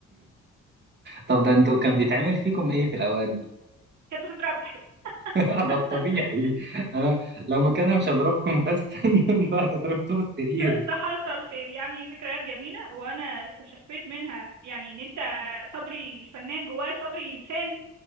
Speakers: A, on the right; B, on the right.
A: طب ده انتوا كان بيتعمل فيكم ايه في الاوقات دي؟
B: كانت بتضربنا <laughs>
A: <laughs> ده الطبيعي انا لو مكانها مش هضربكم بس <laughs> انتوا هتضربتوا في السرير
B: الصحة الخير يعني ذكريات جميلة وأنا استشفيت منها يعني إن أنت صبري الفنان جواه صبري إنسان